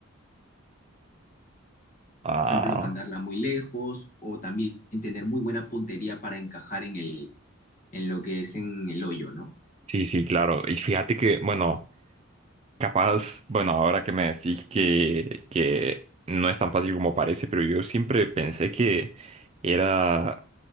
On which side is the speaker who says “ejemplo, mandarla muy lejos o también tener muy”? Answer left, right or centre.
Left